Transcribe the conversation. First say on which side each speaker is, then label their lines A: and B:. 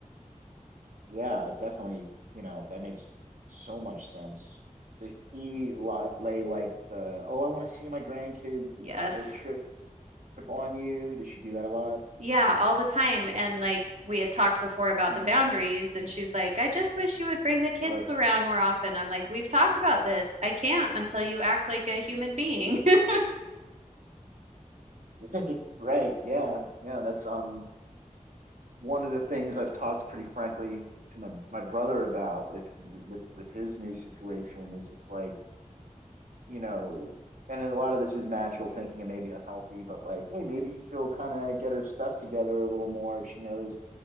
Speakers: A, on the right; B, on the right.
A: Yeah, it definitely, you know, that makes so much sense. Did he li lay like the, oh, I want to see my grandkids
B: Yes.
A: guilt trip on you? Did she do that a lot?
B: Yeah, all the time. And like we had talked before about
A: Mm,
B: the boundaries, and she's like, I just wish you would bring the kids
A: sure.
B: around more often. I'm like, we've talked about this. I can't until you act like a human being. <laughs>
A: <laughs> right, yeah, yeah. That's um one of the things I've talked pretty frankly to my my brother about with with with his new situation is just like you know, and a lot of this is magical thinking and maybe unhealthy, but like, hey, maybe she'll kind of get her stuff together a little more if she knows